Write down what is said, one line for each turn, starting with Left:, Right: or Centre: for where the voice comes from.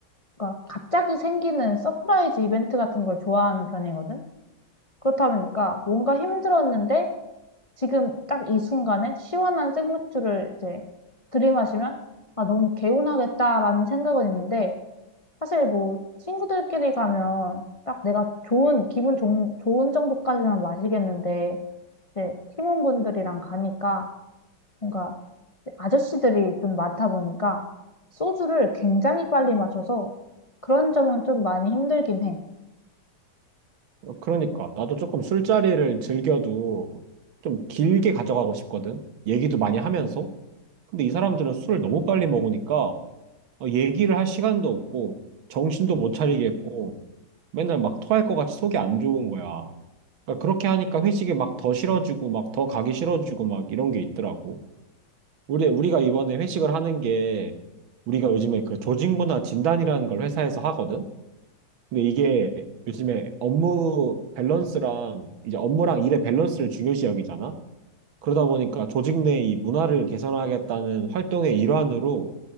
Left: 그러니까 갑자기 생기는 서프라이즈 이벤트 같은 걸 좋아하는 편이거든. 그렇다 보니까 뭔가 힘들었는데 지금 딱 이 순간에 시원한 생맥주를 이제 들이마시면 아, 너무 개운하겠다라는 생각은 있는데 사실 뭐 친구들끼리 가면 딱 내가 좋은 기분 좋은, 좋은 정도까지만 마시겠는데 이제 팀원분들이랑 가니까 뭔가 아저씨들이 좀 많다 보니까 소주를 굉장히 빨리 마셔서 그런 점은 좀 많이 힘들긴 해.
Right: 어, 그러니까 나도 조금 술자리를 즐겨도 좀 길게 가져가고 싶거든. 얘기도 많이 하면서. 근데 이 사람들은 술을 너무 빨리 먹으니까 어, 얘기를 할 시간도 없고 정신도 못 차리겠고 맨날 막 토할 것 같이 속이 안 좋은 거야. 그러니까 그렇게 하니까 회식이 막 더 싫어지고 막 더 가기 싫어지고 막 이런 게 있더라고. 우리 우리가 이번에 회식을 하는 게 우리가 요즘에 그 조직 문화 진단이라는 걸 회사에서 하거든. 근데 이게 요즘에 업무 밸런스랑 이제 업무랑 일의 밸런스를 중요시 여기잖아. 그러다 보니까 조직 내 이 문화를 개선하겠다는 활동의 일환으로